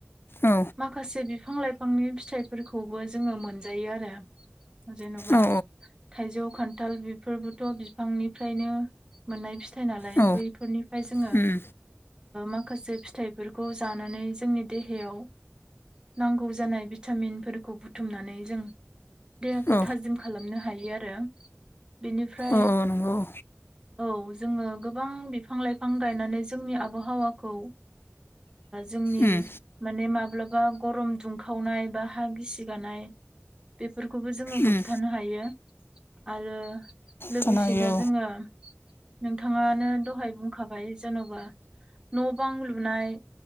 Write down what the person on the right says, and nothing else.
माखासे बिफां लाइफांनि फिथाइफोरखौबो जोङो मोनजायो आरो। जेन'बा
थाइजौ खान्थाल बेफोरबोथ' बिफांनिफ्रायनो मोननाय फिथाइ नालाय।
बैफोरनिफ्राय जोङो
माखासे फिथाइफोरखौ जानानै जोंनि देहायाव नांगौ जानाय भिटामिनफोरखौ बुथुमनानै जों देहाखौ
थाजिम खालामनो हायो आरो बिनिफ्राय
औ जोङो गोबां बिफां लाइफां गायनानै जोंनि आबहावा खौ जोंनि
माने माब्लाबा गरम दुंखावनाय बा हा गिसिगानाय खौबो जोङो होबथानो
हायो आरो लोगोसेनो
जोङो नोंथाङानो दहाय बुंखाबाय जेन'बा न' बां लुनाय